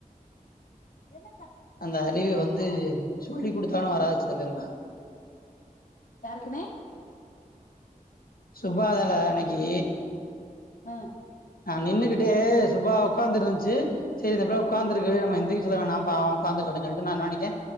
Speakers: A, on the left; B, on the left.
A: என்னத
B: அந்த அறிவு வந்து சொல்லி் குடுத்தாலு வராது சில பேருக்குளா
A: யாருக்குணே
B: சுபாதான அன்னைக்கி
A: அ
B: நா நின்னுகிட்டு சுபா உக்காந்து இருன்ச்சு சேரி இந்த புள்ள உக்கார்ந்திருக்கு இருக்கு நம்ம எந்திரிக்க சொல்ல வேண்டா பாவம் உட்காந்துக்கிட்டம் சொல்லிட்டு நா எனாவன்னிட்டே